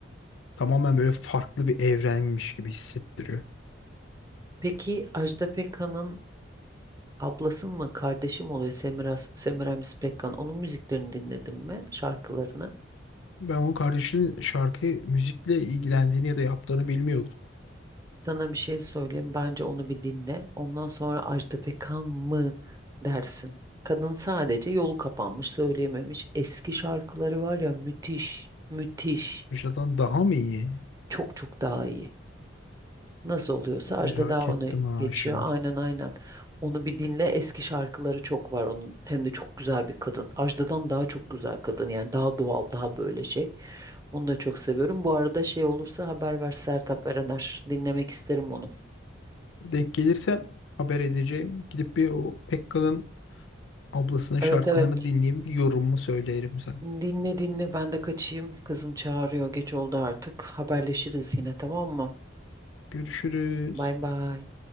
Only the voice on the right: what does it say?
Peki Ajda Pekkan'ın ablası mı kardeşim oluyor Semiras, Semiramis Pekkan onun müziklerini dinledin mi şarkılarını?
Sana bir şey söyleyeyim bence onu bir dinle. Ondan sonra Ajda Pekkan mı dersin. Kadın sadece yolu kapanmış, söyleyememiş. Eski şarkıları var ya müthiş, müthiş.
Çok çok daha iyi. Nasıl oluyorsa Ajda
daha onu
geçiyor.
Aynen aynen. Onu bir dinle. Eski şarkıları çok var onun. Hem de çok güzel bir kadın. Ajda'dan daha çok güzel kadın. Yani daha doğal, daha böyle şey. Onu da çok seviyorum. Bu arada şey olursa haber ver Sertab Erener. Dinlemek isterim onu.
Evet evet.
Dinle dinle. Ben de kaçayım. Kızım çağırıyor. Geç oldu artık. Haberleşiriz yine tamam mı?
Bay bay.